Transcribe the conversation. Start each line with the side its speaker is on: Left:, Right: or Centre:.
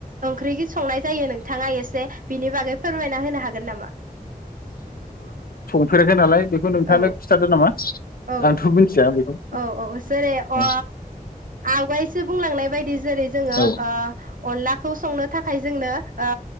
Right: ओंख्रि कि। संनाय जायो। थाङा एसे बिनि बागै फोरमायना होनो हागोन नामा।
Left: फेराखै नालाय। बेखौ नोंथाङानो
Right: औ
Left: खिथादो नामा
Right: औ
Left: आंथ' मिथिया बेखौ
Right: औ औ औ जेरै
Left: औ
Right: अ आवगायसो बुंलांनाय बायदि जेरै जोङो
Left: औ
Right: ओ। अनलाखौ संनो थाखाय जोंनो। ओ